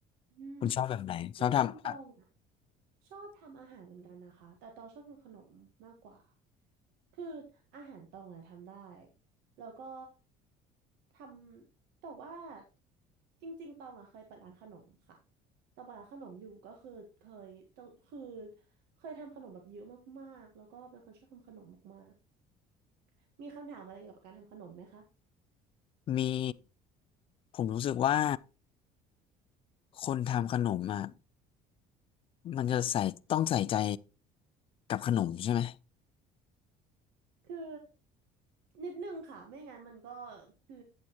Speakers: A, on the right; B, on the left.
A: อืม
B: คุณชอบแบบไหนชอบทำอ่ะ
A: จริงๆตรงอ่ะ ชอบทำอาหารเหมือนกันนะคะแต่ตองชอบทำขนมมากกว่าคืออาหารตองอะทำได้แล้วก็ทำแต่ว่าจริงๆตองอะเคยเปิดร้านขนมค่ะตองเปิดร้านขนมอยู่ก็คือเคยตองคือเคยทำขนมแบบเยอะมากๆแล้วก็เป็นคนชอบทำขนมมากๆมีคำถามอะไรเกี่ยวกับการทำขนมไหมคะ
B: มีผมรู้สึกว่าคนทำขนมอ่ะมันจะใส่ต้องใส่ใจกับขนมใช่ไหม
A: คือนิดนึงค่ะไม่งั้นมันก็คือ